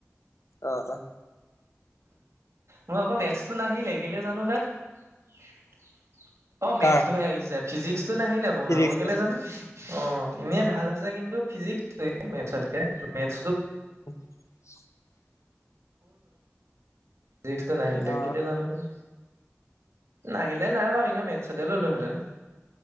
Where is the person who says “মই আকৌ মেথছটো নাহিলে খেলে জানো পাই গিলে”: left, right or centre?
Right